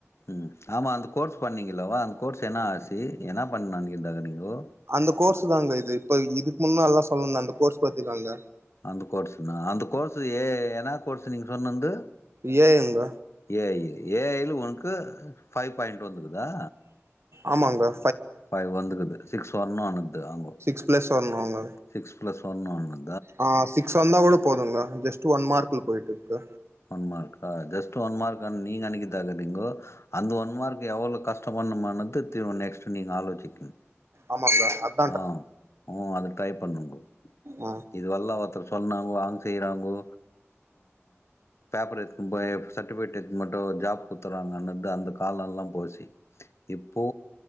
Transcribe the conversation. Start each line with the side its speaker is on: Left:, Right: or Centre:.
Left: ம் ஆமாம் அந்த கோர்ஸ் பண்ணிங்கள்லவா அந்த கோர்ஸ் என்ன ஆச்சி என்னா பண்தா நெனைக்கிற்தா நீங்கோ
Right: அந்த கோர்ஸ்ஸு தாங்க இது இப்ப இதுக்கு முன்னால்லா சொன்னல்ல அந்த கோர்ஸ் பாத்திக்காங்க
Left: அந்த கோர்ஸ்னா அந்த கோர்ஸ் ஏ ஏ என்ன கோர்ஸ் நீங்க சொன்னந்து
Right: ஏ ஐ ங்க
Left: ஏ ஐ ஏ ஐ ல உனக்கு ஃபைவ் பாயிண்ட் வந்துக்குதா
Right: ஆமாங் ப்ரோ
Left: ஃபைவ் வந்துக்குது சிக்ஸ் ஒன்னு வந்து ஆங்கோ
Right: சிக்ஸ் பிளஸ் வரணுங்க
Left: சிக்ஸ் ப்ளஸ் ஒன்னு ஆன
Right: ஆ சிக்ஸ் வந்தா கூட போதுங்க ஜஸ்ட் ஒன் மார்க்ல போயிட்டு இருக்கு
Left: ஒன் மார்க்கா ஜஸ்ட்டு ஒன் மார்க்குன் நீ நெனைக்கறதா இருக்கீங்கோ அந்த ஒன் மார்க் எவ்ளோ கஷ்ட பட்னுமான்னுத்து நெக்ஸ்ட் நீ நாலுவெச்சிக்குங்
Right: ஆமா ப்ரோ
Left: ஆ ஆ அது ட்ரை பண்ணுங்கோ
Right: ஆ
Left: இதுவல்லா ஒருத்தர் சொன்னாங்கோ அவுங் செய்றாங்கோ பேப்பர் எடுத்துகுன் போயி சர்டிபிகேட் எத்துன் மட்டு ஒரு ஜாப் குத்து றாங்கன்றது அந்த காலோல்லா போசி இப்போ